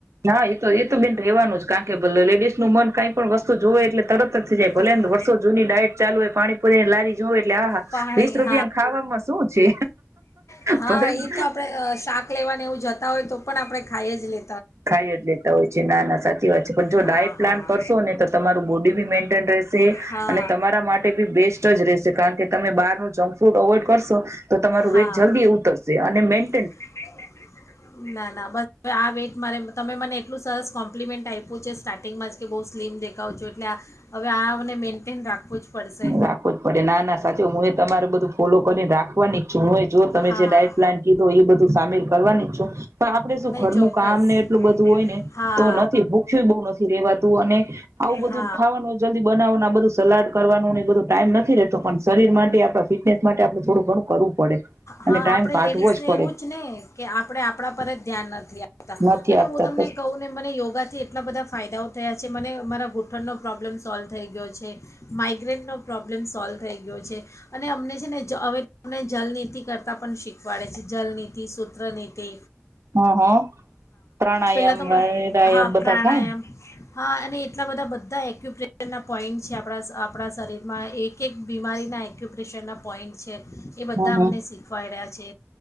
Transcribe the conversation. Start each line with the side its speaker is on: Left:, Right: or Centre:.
Right: ના એતો એ તો બેન રેવાનું જ. કારણ કે લેડીસ નુ મન કાઈ પણ વસ્તુ જોવે એટલે તરત જ થઈ જાય. ભલે
Left: હા,
Right: ને વર્ષો જૂની ડાયટ ચાલુ હોય, પાણીપુરી ની લારી જોવે, એટલે આહા
Left: પાણી
Right: વીસ
Left: હા
Right: રૂપિયાને ખાવામાં શું છે?
Left: હા
Right: ભલેને
Left: એ તો આપણે અ, શાક લેવાને એવું જતા હોય તો પણ આપણે ખાઈ જ લે
Right: ખાઈ જ લેતા હોય છે. ના ના સાચી વાત છે. પણ જો
Left: હા
Right: ડાયટ પ્લાન
Left: હા
Right: કરશો ને, તો તમારું બોડી બી મેન્ટેન રહેશે. તે
Left: હા
Right: અને તમારા માટે બી બેસ્ટ જ રહેશે. કારણ કે તમે બહાર નું જંક ફૂડ અવોઈડ કરશો. તો તમારું
Left: હા
Right: વેઇટ જલ્દી ઉતરશે અને મેન
Left: <inaudible> ના ના બસ હવે આ વેટ મારે તમે મને એટલું સરસ કોમ્પ્લિમેન્ટ આપ્યું છે સ્ટાર્ટિંગમાં જ કે, બહુ સ્લીમ દેખાવો છો એટલે હવે આ મને મેન્ટેન રાખવું જ પડશે
Right: રાખવ જ પડે. ના ના સાચો હું એ તમારે બધું ફોલો કરીને રાખવાની જ છું. હંય જો તમે
Left: હા
Right: જે ડાયટ પ્લાન કીધું, એ બધું સામેલ કરવાની. છુ. પણ આપડે શું
Left: નહીં
Right: ઘરનું
Left: ચોક્કસ
Right: કામ ને એટલું બધું હોય ને
Left: હા
Right: તો નથી ભૂખ્યું બહુ નથી રેવાતુ અને આવું બધું
Left: હા
Right: ખાવાનું જલ્દી બનાવવાનું, આ બધું સલાડ કરવા. <inaudible> બ ટાઈમ નથી રહેેતો. પણ શરીર માટે, આપણા ફિટનેસ માટે, આપડું થોડું ઘણું કરવું પડે
Left: હા
Right: અને ટાઈમ
Left: આપણે
Right: કાઢવો
Left: લેડીસને
Right: પડે
Left: એવું જ ને કે, આપણે આપણા પર જ ધ્યાન નથી આપ અને
Right: નથી આપતા
Left: હું તમને
Right: બસ
Left: કહું ને, મને યોગા થી એટલા બધા ફાયદાઓ થયા છે. મને મારા ઘૂંઠણનો પ્રોબ્લેમ સોલ્વ થઈ ગયો છે. માઇગ્રેનનો પ્રોબ્લેમ સોલ્વ થઈ ગયો છે. અને અમને છે ને હવે, અમને જલનીતિ કરતાં પણ શીખવાડે છે. જલનીતિ, સૂત્ર નીતિ
Right: હા હા પ્રાણાયામ
Left: પહેલાં તો મ-
Right: વરાયામ
Left: હા
Right: બધા
Left: પ્રાણાયામ
Right: થાયને?
Left: હા અને એટલા બધા બધા એક્યુપ્રેશનના પોઈન્ટ છે આપણા આપણા શરીરમાં, એક એક બીમારીના એક્યુપ્રેશરના પોઈન્ટ છે. એ બધા
Right: હમ હમ
Left: અમને શીખવાડ્યા છે.